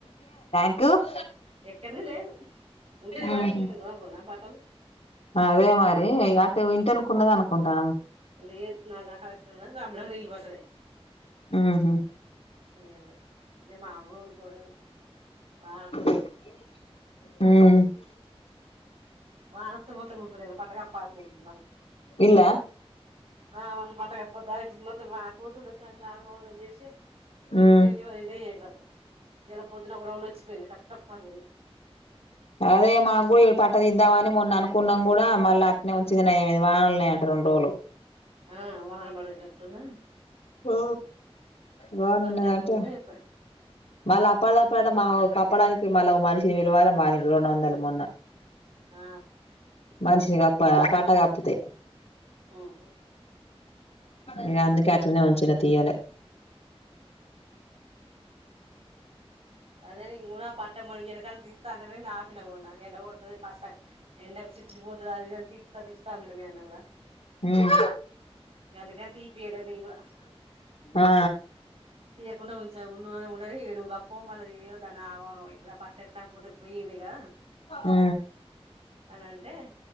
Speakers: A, on the left; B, on the right.
A: కు
B: ఎక్కడిది లేదు. ఉంటే నేన్
A: ఉహు
B: వాషింగ్ మిషిన్ కొనగ్పోదునా బట్టలు.
A: అదే మరి
B: ఇప్పుడూ
A: అటు ఇంటెనకున్నది అనుకుంటాను
B: లేద్ నల్లా కలక్షన్ ఉన్నద్. గమ్మునా నీళ్ళు పట్టుడే.
A: ఉహు
B: ఏం లేద్. ఇగ మామూలు పోద్ వాన్
A: హ్మ
B: వానొత్ వొత్తే మొత్తం ముంచుడేగా బట్ట కప్పాల్సిందే మళ్ళ
A: ఇల్లా
B: ఆ మళ్ళీ బట్ట కప్పొద్దారా ఇప్పుడు మోత్ తం. ఆ కోతులు తొక్కి అంత ఆగం ఆగం జేసీ. <unintelligible> ఎన్ని
A: ఉమ్
B: పగిల్నయి ఏం కథో. ఇయలా పొద్దున ఒక రౌండ్ వచ్చిపోయింది టప్ టప్ అన్నది.
A: అదే మా గుడి పట్టా తీద్దామని మొన్న అనుకున్నం గూడా మళ్ళ అట్నే ఉంచిది నయం అయ్యింది. వానలు ఉన్నాయంట రెండు రోజులు.
B: ఆ వానబడేటట్టున్నా
A: ఆ వాన ఉన్నది
B: లేకుంటే
A: అంటే
B: ప-
A: మళ్ళ అప్పడ దప్పడ అంటే మా వోద్ కప్పడానికి మళ్ళ ఒక మనిషిని పిలవాలే వానికి రెండు వందలు మొన్న.
B: ఆ
A: మనిషిని కప్పా ఆ పట్టా కప్పుతే.
B: ఓఓ
A: ఇగ అందుకే అట్లనే ఉంచిన తీయలే.
B: అదే అదే నేన్ గునా పట్ట మునిగి ఎనకాల తిత్తా అంటనే నేన్ ఆపిన మొన్నా. ఎండ కొడతది పట్ట ఎండక్ చిట్లి పోతది అది ఇదీ అని తిట్ తీత్తా తీత్తా అన్నడు మీ అన్న గూడ.
A: ఉమ్
B: ఇగ అందుకన్ తీపియలేదు నేన్ గూడ.
A: ఆ
B: తీయకుండా ఉంచ ఉండు ఉండనీ నువ్వు కప్ అయ్యయో దాన్ని ఆగం ఆగం ఐతది ఆ పట్టెట్లా పోతే పొయ్యేదిగా.
A: ఆ
B: అనంటే.